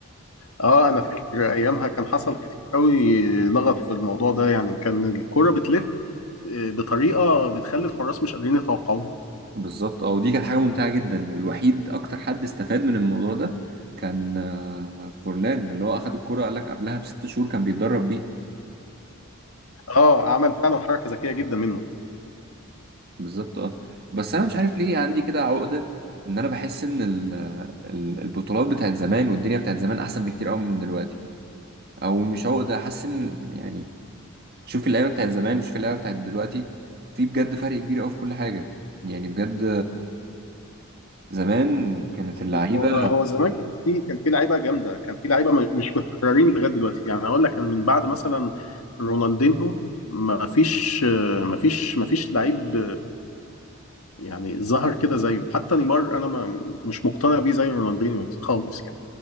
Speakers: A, on the left; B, on the right.
A: آه أنا فاكر أيامها كان حصل كتير قوي لغط في الموضوع ده يعني كان الكرة بتلف آه، بطريقة بتخلي الحراس مش قادرين يتوقعوها.
B: بالظبط اه ودي كانت حاجة ممتعة جدا والوحيد أكتر حد استفاد من الموضوع ده كان آه، فورلان اللي هو أخد الكورة قال لك قبلها بست شهور كان بيتدرب بيها
A: آه عمل فعلا حركة ذكية جدا منه.
B: بالظبط اه بس انا مش عارف ليه عندي كده عقده ان انا بحس ان ال- ال- البطولات بتاعت زمان والدنيا بتاعت زمان احسن بكتير قوي من دلوقتي او مش عقده حاسس ان يعني شوف اللعيبه بتاعت زمان وشوف اللعيبه بتاعت دلوقتي في بجد فرق كبير قوي في كل حاجه يعني بجد زمان كانت اللعيبه
A: هو هو زمان كان في كان في لعيبة جامدة، كان في لعيبة م- مش متكررين لغاية دلوقتي، يعني هقول لك كان من بعد مثلا رونالدينهو ما فيش آه، ما فيش ما فيش لعيب يعني ظهر كده زيه حتى نيمار انا ما مش مقتنع بيه زي رونالدينيو خالص يعني